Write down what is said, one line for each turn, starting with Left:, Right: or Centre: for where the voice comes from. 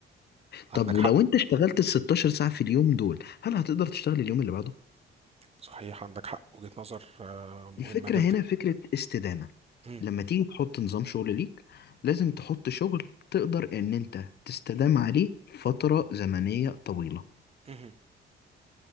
Right: عندك
Left: طب ولو
Right: حق
Left: انت اشتغلت ال 16 ساعة في اليوم دول هل هتقدر تشتغل اليوم اللي بعده
Right: صحيح عندك حق وجهة نظر آه، مهمة
Left: الفكرة
Right: جدا
Left: هنا فكرة استدامة
Right: مم.
Left: لما تيجي تحط نظام شغل ليك لازم تحط شغل تقدر ان انت تستدام عليه فترة زمنية طويلة
Right: مم.